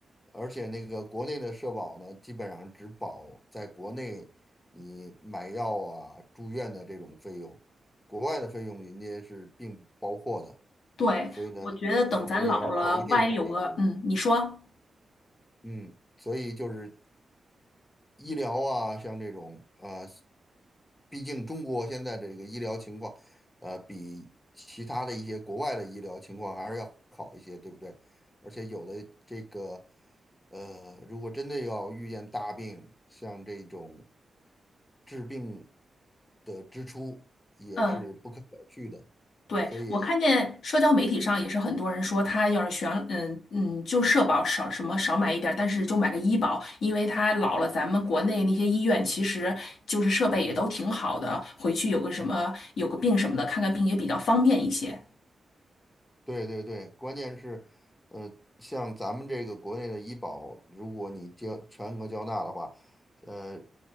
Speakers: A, on the left; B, on the left.
A: 而且那个国内的社保呢，基本上只保在国内你买药啊、住院的这种费用，国外的费用人家是并不包括的，
B: 对，
A: 所以呢，
B: 我觉得等咱老了，
A: 有时候也要考虑这方面的原因。
B: 万一有个……嗯，你说，
A: 嗯，所以就是医疗啊，像这种呃，毕竟中国现在这个医疗情况，呃，比其他的一些国外的医疗情况还是要好一些，对不对？而且有的这个，呃，如果真的要遇见大病，像这种治病的支出也是不可小觑的，
B: 嗯。对，
A: 所以，
B: 我看见社交媒体上也是很多人说，他要是选，嗯嗯，就社保少什么少买一点儿，但是就买个医保，因为他老了，咱们国内那些医院其实就是设备也都挺好的，回去有个什么有个病什么的，
A: 嗯，
B: 看看病也比较方便一些。
A: 对对对，关键是，呃，像咱们这个国内的医保，如果你交全额交纳的话，呃，